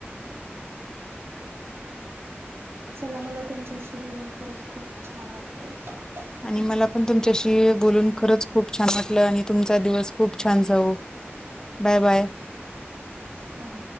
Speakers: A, on the right; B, on the left.
A: चला मला तुमच्याशी बोलून खरंच खूप छान वाटलं.
B: आणि मला पण तुमच्याशी बोलून खरंच खूप छान वाटलं आणि तुमचा दिवस खूप छान जाऊ. Bye bye.
A: हो